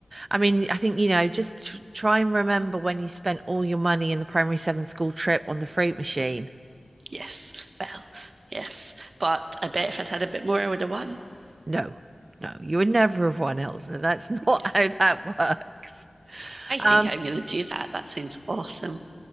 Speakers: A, on the right; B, on the right.
A: I mean, I think, you know, just tr try and remember when you spent all your money in the primary seven school trip on the fruit machine.
B: Yes. Well, yes. But I bet if I'd had a bit more, I would have won.
A: No, no, you would never have won, Elsa. That's <laughs>
B: Yeah.
A: not how that works.
B: I
A: Um,
B: think I'm going to do that. That sounds awesome.